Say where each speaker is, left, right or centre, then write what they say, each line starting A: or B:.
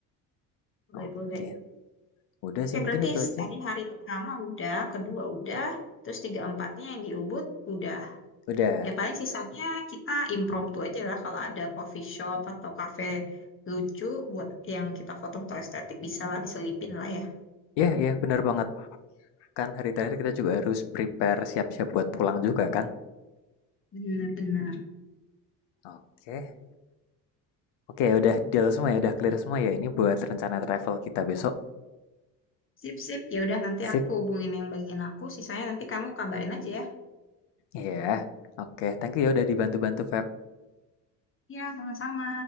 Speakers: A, on the left (about 25°); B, on the left (about 60°).
A: Boleh,
B: Oke,
A: boleh.
B: Udah
A: Oke,
B: sih, mungkin
A: berarti
B: itu aja.
A: tadi hari pertama udah, kedua udah, terus tiga empatnya yang di Ubud udah.
B: Udah.
A: Ya paling sisanya kita impromptu aja lah kalau ada coffee shop atau cafe lucu buat yang kita foto-foto estetik bisa lah diselipin lah ya.
B: Ya, ya, benar banget. Kan hari terakhir kita juga harus prepare siap-siap buat pulang juga kan?
A: Bener-bener.
B: Oke. Oke, udah deal semua ya, udah clear semua ya. Ini buat rencana travel kita besok.
A: Sip-sip. Ya udah nanti
B: Sip.
A: aku hubungin yang bagian aku, sisanya nanti kamu kabarin aja ya.
B: Iya. Oke, thank you ya udah dibantu-bantu Feb.
A: Ya, sama-sama.